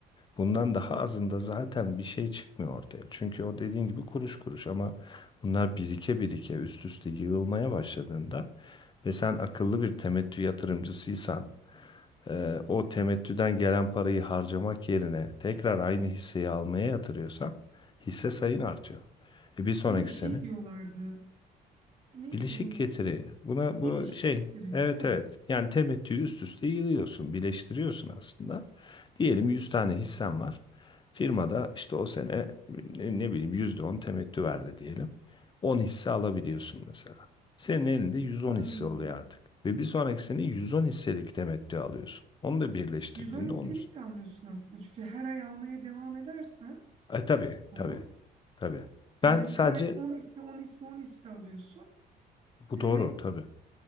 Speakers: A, on the left; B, on the right.
A: Bundan daha
B: Hı.
A: azında zaten bir şey çıkmıyor ortaya. Çünkü o dediğin gibi kuruş kuruş ama bunlar birike birike üst üste yığılmaya başladığında ve sen akıllı bir temettü yatırımcısıysan e, o temettüden gelen parayı harcamak yerine tekrar aynı hisseyi almaya yatırıyorsan hisse sayın artıyor. E, bir sonraki
B: Buna bir şey
A: sene
B: diyorlardı. Neydi
A: Bileşik
B: bunun
A: getiri.
B: ismi?
A: Buna
B: Bileşik
A: bu şey.
B: getiri.
A: Evet
B: Evet.
A: evet. Yani temettüyü üst üste yığıyorsun, birleştiriyorsun aslında. Diyelim 100 tane hissen var. Firmada işte o sene ne, ne bileyim %10 temettü verdi diyelim. on hisse alabiliyorsun mesela. Senin elinde 110
B: Hmm.
A: hisse oluyor artık. Ve bir sonraki sene 110 hisselik temettü alıyorsun. Onu da birleştirdiğinde
B: 110 hisselik
A: onun üstüne.
B: de almıyorsun aslında. Çünkü her ay almaya devam edersen
A: E tabii
B: ama
A: tabii tabii. Ben
B: yani diyelim
A: sadece
B: her ay 10 hisse 10 hisse 10 hisse alıyorsun.
A: bu
B: E
A: doğru
B: ve
A: tabii.